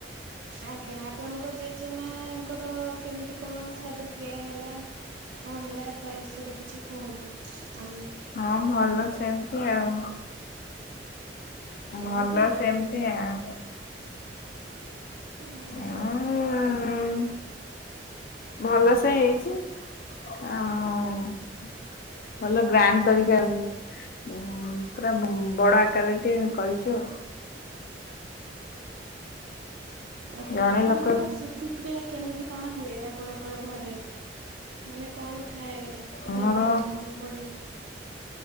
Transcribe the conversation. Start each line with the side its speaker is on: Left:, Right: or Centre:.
Right: ଆଜ୍ଞା ଆପଣଙ୍କ ଜେଜେମାଙ୍କର କେମିତି କଣ ଶାଦ୍ଧକ୍ରିୟା ହେଲା। କଣ ହେଲା ତା ବିଷୟରେ କିଛି କୁହନ୍ତୁ ଆମକ
Left: ହଁ ଭଲ ସେମତି ଆଉ।
Right: କେମିତି
Left: ଭଲ
Right: ହେଲା
Left: ସେମତି
Right: କହୁନାହାନ୍ତି
Left: ଆଉ।
Right: ଭଲ
Left: ଉଁ
Right: ସେମିତି
Left: ଭଲସେ ହେଇଛି ଆଉ। ଭଲ ଗ୍ରାଣ୍ଡ ତରିକା ରେ ପୁରା ଉଁ ବଡ଼ ଆକାରରେ ଟିକେ କରିଛୁ।
Right: ଆଜ୍ଞା
Left: ଜଣେ
Right: ଆପଣଙ୍କର
Left: ଲୋକ
Right: ଶୁଦ୍ଧିକ୍ରିୟା କେମିତି କଣ ହୁଏ ଆପଣଙ୍କର ଘରେ ମାନେ କଣ ଥାଏ
Left: ଆମର
Right: ନିୟମ ଭଳି